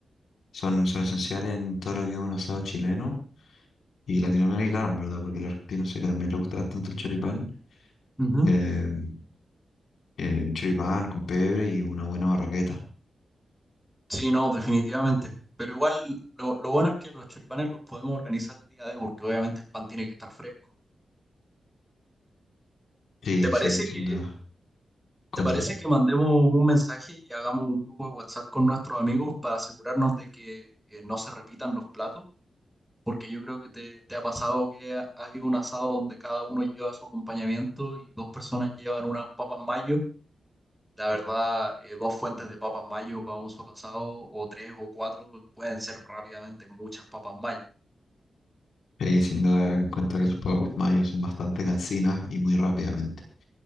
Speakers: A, on the left (about 80°); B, in the centre.
A: Son, son esenciales en todo lo que es un asado chileno y latinoamericano, en verdad, porque el argentino sé que también le gusta bastante el choripán.
B: Ujú.
A: Eh, eh, un choripán con pebre y una buena barraqueta.
B: Sí, no, definitivamente. Pero igual lo, lo bueno es que los choripanes los podemos organizar el día de porque obviamente el pan tiene que estar fresco.
A: Sí,
B: ¿Te parece
A: sí, sin
B: que,
A: duda. Cuéntame.
B: te parece que mandemos un mensaje y hagamos un grupo de WhatsApp con nuestros amigos para asegurarnos de que eh, no se repitan los platos? porque yo creo que te, te ha pasado que ha- hay un asado donde cada uno lleva su acompañamiento y dos personas llevan unas papas mayo. La verdad, eh, dos fuentes de papas mayo para un solo asado, o tres o cuatro, pueden ser rápidamente muchas papas mayo.
A: Sí, sin duda, en cuenta que los pueblos mayos son bastante cansinas y muy rápidamente.